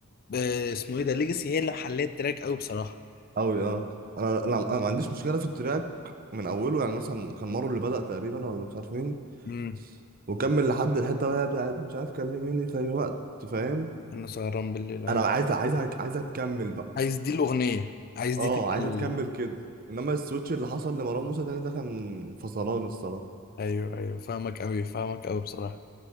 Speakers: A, on the left; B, on the right.
A: آه، اسمه ايه ده ليجاسي هي اللي محلية التراك أوي بصراحة
B: قوي اه انا انا أنا ما عنديش مشكله في التراك من اوله يعني مثلا كان مارو اللي بدأ تقريبا ولا مش عارف مين
A: امم
B: وكمل لحد الحته بقى بتاعت مش عارف كلميني في اي وقت فاهم
A: انا سهران بالليل ايوه
B: انا عايز عايزك عايزها تكمل بقى
A: عايز دي الأغنية عايز دي
B: اه
A: تبقى
B: عايزها
A: ال...
B: تكمل كده انما السويتش اللي حصل لمروان موسى تاني ده كان فصلان الصراحه
A: ايوه ايوه فاهمك قوي فاهمك قوي بصراحه